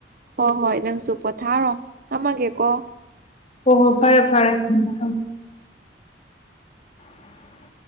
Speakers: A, on the right; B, on the left.
A: ꯍꯣꯏ ꯍꯣꯏ ꯅꯪꯁꯨ ꯄꯣꯊꯥꯔꯣ ꯊꯝꯃꯒꯦꯀꯣ
B: ꯍꯣ ꯍꯣ ꯐꯔꯦ
A: ꯑꯥ
B: ꯐꯔꯦ ꯊꯝ <inaudible>